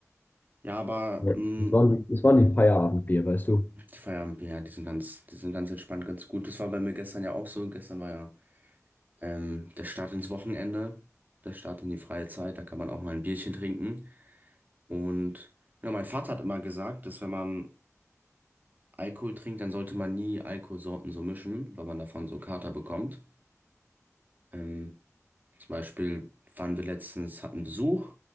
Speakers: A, on the right; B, on the left.
A: Ja, aber
B: Ja.
A: mh,
B: Das waren, das waren die Feierabendbier, weißt du?
A: die Feierabendbier, ja, die sind ganz, die sind ganz entspannt, ganz gut. Das war bei mir gestern ja auch so. Gestern war ja Ähm, der Start ins Wochenende, der Start in die freie Zeit, da kann man auch mal ein Bierchen trinken. Und ja, mein Vater hat immer gesagt, dass wenn man Alkohol trinkt, dann sollte man nie Alkoholsorten so mischen, weil man davon so Kater bekommt. Ähm, zum Beispiel waren wir letztens, hatten Besuch,